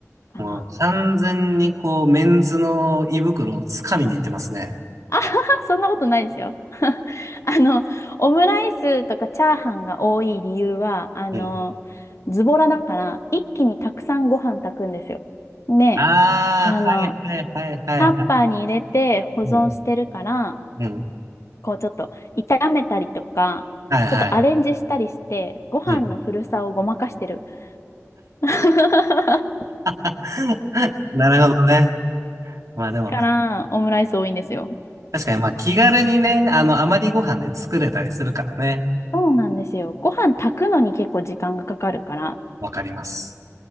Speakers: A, on the left; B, on the right.
A: かな。
B: もう完全にこう、メンズの胃袋をつかみに行ってますね。
A: あはは、そんなことないですよ。<laughs> あの、オムライスとかチャーハンが多い理由は、あの、
B: うん。
A: ズボラだから、一気にたくさんご飯炊くんですよ。で、
B: ああ、
A: あの、
B: はいはいはいはいはい。
A: タッパーに入れて保存してるから、
B: うん、うん。
A: こうちょっと炒めたりとか、
B: はいはい。
A: ちょっとアレンジしたりして、ご飯の古さをごまかしてる。
B: うん。
A: <laughs>
B: <laughs> なるほどね。まあでも、
A: から、オムライス多いんですよ。
B: 確かに、まあ気軽にね、あの、余りご飯で作れたりするからね。
A: そうなんですよ。ご飯炊くのに結構時間がかかるから。
B: わかります。